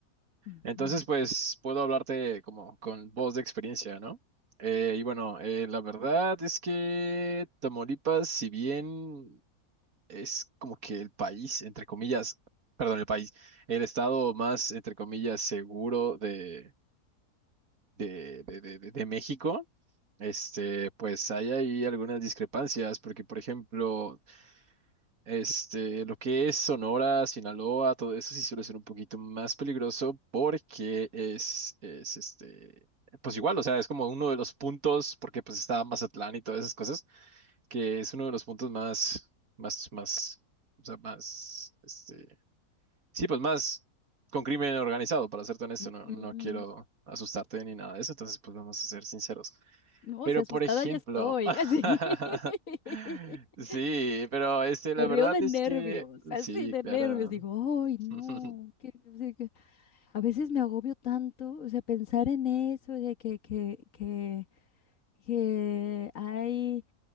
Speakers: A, on the left; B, on the right.
A: Ujú,
B: Entonces, pues, puedo hablarte como con voz de experiencia, ¿no? Eh, y bueno, eh, la verdad es que Tamaulipas, si bien es como que el país, entre comillas, perdón, el país, el estado más, entre comillas, seguro de, de, de, de, de- de México. Este, pues hay ahí algunas discrepancias, porque por ejemplo, este, lo que es Sonora, Sinaloa, todo eso sí suele ser un poquito más peligroso porque es, es este, pues igual, o sea, es como uno de los puntos, porque pues está Mazatlán y todas esas cosas que es uno de los puntos más, más, más, o sea, más, este, sí, pues más con crimen organizado, para serte honesto,
A: ujú.
B: no, no quiero asustarte ni nada de eso, entonces pues vamos a ser sinceros.
A: No,
B: Pero,
A: si asustada
B: por ejemplo,
A: ya estoy,
B: <laughs>
A: así. <laughs>
B: sí, pero este, la
A: Me río
B: verdad
A: de
B: es
A: nervios,
B: que,
A: así
B: sí,
A: de
B: claro.
A: nervios. Digo, ay, no,
B: <laughs>
A: que, o sea, que a veces me agobio tanto, o sea, pensar en eso, de que, que, que, que hay,